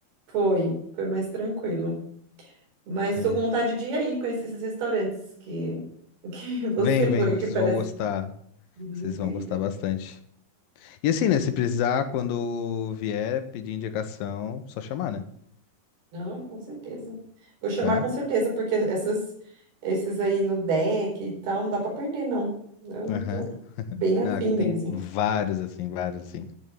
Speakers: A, on the right; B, on the left.
A: Foi, foi mais tranquilo. Mas
B: Entendi.
A: estou com vontade de ir aí conhecer esses restaurantes que, que <laughs> você
B: Vem, vem,
A: foi,
B: vocês
A: que parecem
B: vão gostar.
A: comidas
B: Vocês
A: incríveis.
B: vão gostar bastante. E assim, né? Se precisar, quando vier pedir indicação, só chamar, né?
A: Não, com certeza. Vou chamar
B: Tá?
A: com certeza, porque essas, esses aí no deck e tal, não dá para perder, não. Eu
B: Aham.
A: tô bem afim
B: Não, aqui
A: mesmo.
B: tem vários, assim, vários, assim.